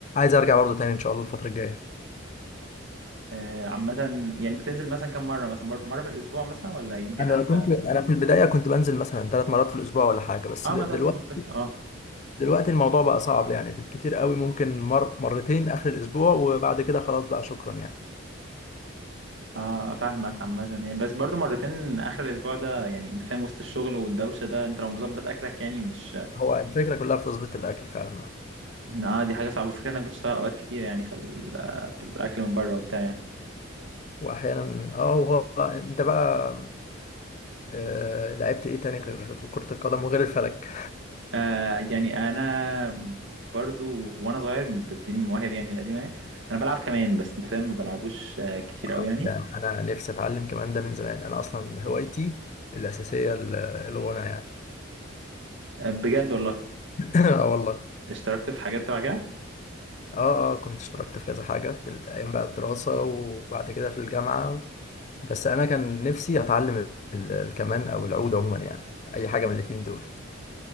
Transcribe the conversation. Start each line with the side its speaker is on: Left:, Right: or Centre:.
Left: ارجع برضو تاني ان شاء الله الفتره الجايه
Right: آه عامه يعني بتنزل مثلا كم مره مثلا بر- مره في الاسبوع مثلا ولا يمكن
Left: انا
Right: حتى
Left: كنت انا في البدايه كنت بنزل مثلا ثلاث مرات في الاسبوع ولا حاجه بس
Right: اه
Left: د-
Right: ما ده
Left: دلوقتي
Right: المنطقي اه
Left: دلوقتي الموضوع بقى صعب يعني بالكتير قوي ممكن مر مرتين اخر الاسبوع وبعد كده خلاص بقى شكرا يعني
Right: اه فاهمك عامة يعني بس برضو مرتين اخر الاسبوع ده يعني انت فاهم وسط الشغل والدوشة ده انت لو مظبط اكلك يعني مش
Left: هو الفكره كلها في تظبيط الاكل فعلا
Right: اه دي حاجة صعبة فكرة انك بتشتغل اوقات كتير يعني في ال- آه، الاكل من بره وبتاع يعني
Left: واحيانا اه هو انت بقى آه، لعبت ايه تاني غير كرة القدم وغير الفلك
Right: آه يعني انا برضو وانا صغير بس دي من مواهب يعني القديمة يعني انا بلعب كمان بس انت فاهم ما بلعبوش آه، كتير
Left: آه،
Right: قوي يعني
Left: ده انا نفسي اتعلم كمان ده من زمان انا اصلا هوايتي الاساسيه ال- الغنى يعني
Right: آه، بجد والله
Left: <laughs> اه والله
Right: اشتركت في حاجات تبع كده
Left: اه اه كنت اشتركت في كذا حاجة في الأيام بقى الدراسة وبعد كده في الجامعة بس أنا كان نفسي أتعلم ال- الكمان أو العود عموما يعني أي حاجة من الاتنين دول